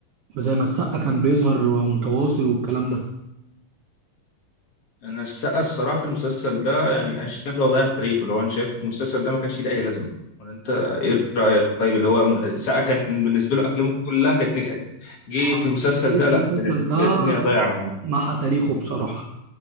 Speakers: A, on the right; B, on the left.
A: زي ما السقا كان بيظهر ومتواصل والكلام ده
B: انا السقا الصراحه في المسلسل ده يعني انا شايف لو ضيع التاريخ اللي هو انا شايف المسلسل ده ما كانش ليه اي لازمه ولا انت ايه رايك طيب اللي هو السقا كان بالنسبه له افلامه كلها كانت نجحت جه
A: حرك
B: في المسلسل
A: كتير
B: ده
A: في
B: لا
A: المسلسل
B: كانت
A: ده
B: الدنيا ضايعه معاه
A: محى تاريخه بصراحة